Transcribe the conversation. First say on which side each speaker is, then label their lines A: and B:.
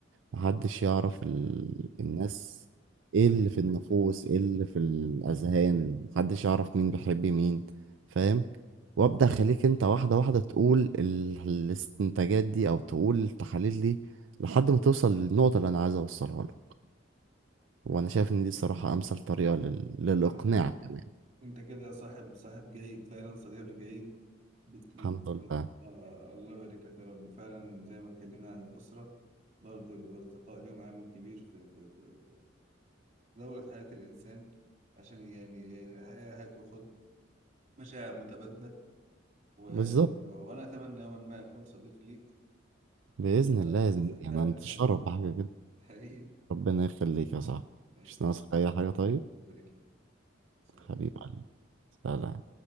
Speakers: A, on the right; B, on the right.
A: محدش يعرف ال... الناس ايه اللي في النفوس ايه اللي في الاذهان محدش يعرف مين بيحب مين فاهم وابدا اخليك انت واحده واحده تقول ال... الاستنتاجات دي او تقول التحاليل دي لحد ما توصل للنقطه اللي انا عايز اوصلها لك وانا شايف ان دي الصراحه امثل طريقه لل... للاقناع
B: صح
A: كمان
B: انت كده صاحب صاحب جيد فعلا صديق جيد بت بت
A: الحمد
B: بت
A: لله
B: بت. آه الله يبارك لك يا رب وفعلا زي ما اتكلمنا عن الأسرة برضو الأصدقاء لهم عامل كبير في في في في دورة حياة الإنسان عشان يعني الحياة هتاخد مشاعر متبادلة و...
A: بالظبط
B: وأنا أتمنى يوما ما أكون صديق ليك
A: باذن
B: آه،
A: الله يا زميلي
B: استمتعت
A: انا انتشرف
B: بالحديث معك
A: بحاجه
B: حبيبي
A: ربنا يخليك يا صاحبي
B: الله
A: مش
B: يكرمك.
A: ناقصك أي حاجة طيب
B: الله يبارك لك سلام
A: حبيب قلبي سلام